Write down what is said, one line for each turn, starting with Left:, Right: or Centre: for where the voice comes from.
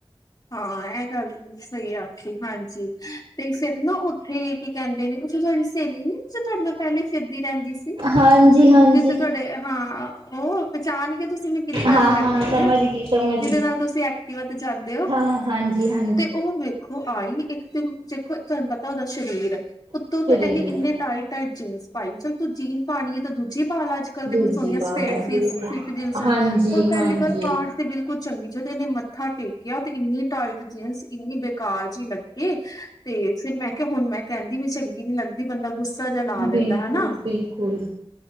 Left: ਹਾਂ ਏ ਗੱਲ ਤਾਂ ਤੁਸੀਂ ਸਹੀ ਆਖੀ ਹਾਂਜੀ, ਤੇ ਫੇਰ ਨਾ ਉੱਥੇ ਕੀ ਕੈਂਦੇ ਨੇ ਜੋ ਤੁਹਾਡੀ ਸਹੇਲੀ ਨੀ ਸੀ ਜੋ ਤੁਹਾਡੇ ਨਾਲ ਪਹਿਲੇ ਫਿਰਦੀ ਰਹਿੰਦੀ ਸੀ
Right: ਹਾਂਜੀ ਹਾਂਜੀ
Left: ਜਿੱਥੇ ਤੁਹਾਡੇ ਹਾਂ। ਉਹ। ਪਹਿਚਾਣ ਗਏ ਤੁਸੀਂ ਮੈਂ ਕਿਹਦੀ ਗੱਲ
Right: ਹਾਂ
Left: ਕਰਦੀ
Right: ਹਾਂ ਸਮਝ
Left: ਆ
Right: ਗਈ ਸਮਝ
Left: ਜਿਹਦੇ ਨਾਲ ਤੁਸੀਂ ਐਕਟਿਵਾ ਤੇ ਜਾਂਦੇ ਹੋ।
Right: ਉਹ ਹਾਂਜੀ ਹਾਂ।
Left: ਤੇ ਉਹ ਵੇਖੋ ਆਈ ਇੱਕ ਤੇ ਦੇਖੋ ਤੁਹਾਨੂੰ ਪਤਾ ਉਹਦਾ ਸਰੀਰ। ਉੱਤੋਂ
Right: ਸ਼ਰੀਰ
Left: ਫੇਰ ਇਹਨੇ ਇਨੇ ਟਾਈਟ ਟਾਈਟ ਜੀਨਸ ਪਾਈ ਚੱਲ ਤੂੰ ਜੀਨਸ ਪਾਉਣੀ ਹੈ ਤਾਂ ਦੂਜੀ ਪਾ ਲਾ ਅੱਜ ਅੱਜ ਕੱਲ ਤੇ
Right: ਦੂਜੀ
Left: ਮੈਂ ਸੁਣਿਆ
Right: ਵਾਲ
Left: ਸਟੇਟ
Right: ਆ ਬਿਲਕੁਲ
Left: ਫਿਟ ਜੀਨਸ ਔਰ
Right: ਹਾਂਜੀ
Left: ਪਹਿਲੀ
Right: ਹਾਂਜੀ
Left: ਗੱਲ ਪਾਠ ਤੇ ਗਈ। ਕੁਝ ਚੰਗੀ ਜਦ ਇਹਨੇ ਮੱਥਾ ਟੇਕਿਆ ਤੇ ਇੰਨੀ ਟਾਈਟ ਜੀਨਸ ਇੰਨੀ ਬੇਕਾਰ ਜਿਹੀ ਲ ਲੱਗੇ ਤੇ ਫਿਰ ਮੈਂ ਕਿਹਾ ਹੁਣ ਮੈਂ ਕਹਿੰਦੀ ਵੀ ਚੰਗੀ ਨੀ ਲੱਗਦੀ ਬੰਦਾ ਗੁ ਜਾ ਲਾ
Right: ਬਿਲਕੁਲ
Left: ਲੈਂਦਾ ਹਨਾ
Right: ਬਿਲਕੁਲ